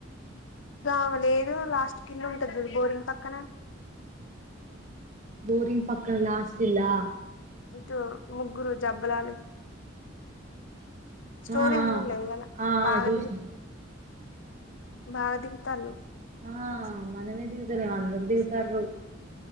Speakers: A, on the left; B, on the right.
A: దవ లేదు లాస్ట్ కిలోమీటర్ బోరింగ్ పక్కన
B: బోరింగ్ పక్కన లాస్ట్ ఇలా
A: ఇటు ముగ్గురు జబ్బలాలు స్టోరీ
B: ఆ ఆ
A: చూడలే క
B: ఆ
A: బాగాది
B: ఆ చూసిన
A: బాగా దిగుతారు
B: ఆ
A: మ
B: మనమే దిగుతలేం అందరు దిగుతార్రు
A: శ